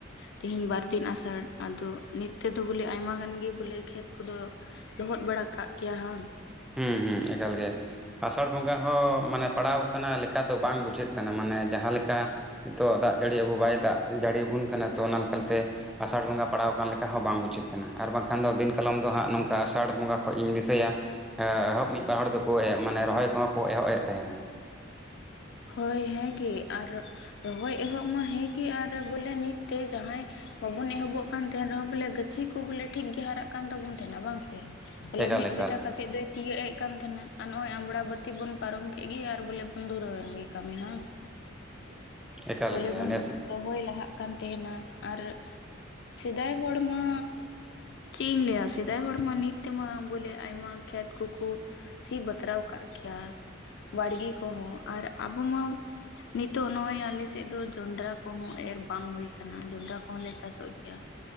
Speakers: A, on the left; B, in the centre.
A: ᱛᱮᱦᱤᱧ ᱵᱟᱨ ᱫᱤᱱ ᱟᱥᱟᱲ ᱟᱫᱚ ᱱᱤᱛ ᱛᱮᱫᱚ ᱵᱚᱞᱮ ᱟᱭᱢᱟ ᱜᱟᱱ ᱜᱮ ᱵᱚᱞᱮ ᱠᱷᱮᱛ ᱠᱚᱫᱚ ᱞᱚᱦᱚᱫ ᱵᱟᱲᱟ ᱠᱟᱜ ᱜᱮᱭᱟ ᱦᱟᱝ᱾
B: ᱦᱩᱸ ᱦᱩᱸ ᱮᱠᱟᱞ ᱜᱮ᱾ ᱟᱥᱟᱲ ᱵᱚᱸᱜᱟ ᱦᱚᱸ ᱢᱟᱱᱮ ᱯᱟᱲᱟᱣ ᱠᱟᱱᱟ ᱞᱮᱠᱟ ᱫᱚ ᱵᱟᱝ ᱵᱩᱡᱷᱟᱹᱜ ᱠᱟᱱᱟ ᱢᱟᱱᱮ ᱡᱟᱦᱟᱸ ᱞᱮᱠᱟ ᱱᱤᱛᱚᱜ ᱫᱟᱜ ᱡᱟᱹᱲᱤ ᱟᱵᱚ ᱵᱟᱭ ᱫᱟᱜ ᱡᱟᱹᱲᱤᱭ ᱵᱚᱱ ᱠᱟᱱᱟ ᱛᱚ ᱚᱱᱟ ᱞᱮᱠᱟᱛᱮ ᱟᱥᱟᱲ ᱵᱚᱸᱜᱟ ᱯᱟᱲᱟᱣ ᱠᱟᱱ ᱞᱮᱠᱟ ᱦᱚᱸ ᱵᱟᱝ ᱵᱩᱡᱷᱟᱹᱜ ᱠᱟᱱᱟ ᱟᱨ ᱵᱟᱝᱠᱷᱟᱱ ᱫᱚ ᱫᱤᱱ ᱠᱟᱞᱚᱢ ᱫᱚ ᱦᱟᱸᱜ ᱱᱚᱝᱠᱟ ᱟᱥᱟᱲ ᱵᱚᱸᱜᱟ ᱠᱷᱚᱡ ᱤᱧ ᱫᱤᱥᱟᱹᱭᱟ ᱮ ᱮᱦᱚᱵ ᱢᱤᱜ ᱵᱟᱨ ᱦᱚᱲ ᱫᱚᱠᱚ ᱮ ᱢᱟᱱᱮ ᱨᱚᱦᱚᱭ ᱠᱚᱦᱚᱸ ᱠᱚ ᱮᱦᱚᱵ ᱮᱜ ᱛᱮᱦᱮᱱᱟ᱾
A: ᱦᱳᱭ ᱦᱮᱸᱜᱮ ᱟᱨ ᱨᱚᱦᱚᱭ ᱮᱦᱚᱵ ᱢᱟ ᱦᱮᱸᱜᱮ ᱟᱨ ᱵᱚᱞᱮ ᱱᱤᱛ ᱛᱮ ᱡᱟᱦᱟᱸᱭ ᱵᱟᱵᱚᱱ ᱮᱦᱚᱵᱚᱜ ᱠᱟᱱ ᱛᱟᱦᱮᱸᱱ ᱨᱮᱦᱚᱸ ᱵᱚᱞᱮ ᱜᱟᱹᱪᱷᱤ ᱠᱚ ᱵᱚᱞᱮ ᱴᱷᱤᱠ ᱜᱮ ᱦᱟᱨᱟᱜ ᱠᱟᱱ ᱛᱟᱵᱚᱱ ᱛᱷᱮᱱᱟ ᱵᱟᱝ ᱥᱮ ᱵᱚᱞᱮ
B: ᱮᱠᱟᱞ
A: ᱢᱤᱫ
B: ᱮᱠᱟᱞ
A: ᱵᱮᱛᱟ ᱠᱟᱛᱮᱜ ᱫᱚᱭ ᱛᱤᱭᱟᱹᱜ ᱮᱜ ᱠᱟᱱ ᱛᱷᱮᱱᱟ ᱟᱨ ᱱᱚᱜ-ᱚᱭ ᱟᱢᱵᱽᱲᱟ ᱵᱟᱹᱛᱤ ᱵᱚᱱ ᱯᱟᱨᱚᱢ ᱠᱮᱜ ᱜᱮ ᱟᱨ ᱵᱚᱞᱮ ᱫᱷᱩᱨᱟᱣᱮᱱ ᱜᱮ ᱠᱟᱹᱢᱤ ᱦᱟᱝ
B: ᱮᱠᱟᱞ
A: ᱵᱚᱞᱮ
B: ᱜᱮ
A: ᱵᱚᱱ
B: ᱱᱮᱥ
A: ᱨᱚᱦᱚᱭ ᱞᱟᱦᱟᱜ ᱠᱟᱱ ᱛᱮᱦᱮᱱᱟ ᱟᱨ ᱥᱮᱫᱟᱭ ᱦᱚᱲ ᱢᱟ ᱪᱤᱜ ᱤᱧ ᱞᱟᱹᱭᱟ ᱥᱮᱫᱟᱭ ᱦᱚᱲ ᱢᱟ ᱱᱤᱛ ᱛᱮᱢᱟ ᱵᱚᱞᱮ ᱟᱭᱢᱟ ᱠᱷᱮᱛ ᱠᱩᱠᱩ ᱥᱤ ᱵᱟᱛᱨᱟᱣ ᱠᱟᱜ ᱠᱮᱭᱟ ᱵᱟᱲᱜᱮ ᱠᱚᱦᱚᱸ ᱟᱨ ᱟᱵᱚ ᱢᱟ ᱱᱤᱛᱚᱜ ᱱᱚᱜ-ᱚᱭ ᱟᱞᱮ ᱥᱮᱜ ᱫᱚ ᱡᱚᱱᱰᱨᱟ ᱠᱚᱦᱚᱸ ᱮᱨ ᱵᱟᱝ ᱦᱩᱭ ᱠᱟᱱᱟ ᱡᱚᱱᱰᱨᱟ ᱠᱚᱦᱚᱸ ᱞᱮ ᱪᱟᱥᱚᱜ ᱜᱮᱭᱟ,